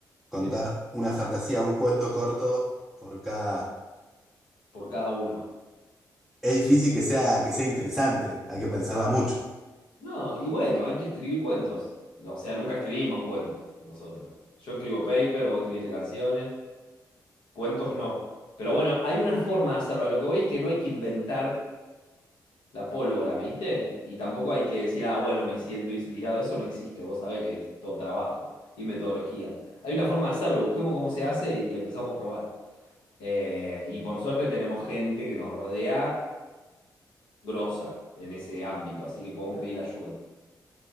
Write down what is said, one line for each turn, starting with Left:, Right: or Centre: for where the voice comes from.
Centre: contar
Left: sí,
Centre: una fantasía, un cuento corto por cada...
Left: por cada uno.
Centre: Es difícil que sea, que sea interesante, hay que pensarla mucho.
Left: No, y bueno, hay que escribir cuentos. O sea, nunca escribimos cuentos nosotros. Yo escribo paper, vos escribiste canciones, cuentos no. Pero bueno, hay una forma de hacerlo. A lo que voy es que no hay que inventar la pólvora, ¿viste? Y tampoco hay que decir, ah, bueno, me siento inspirado. Eso no existe, vos sabés que es todo trabajo y metodología. Hay una forma de hacerlo, busquemos cómo se hace y empezamos a probar. Eh, y por suerte tenemos gente que nos rodea grosa en ese ámbito, así que podemos pedir ayuda.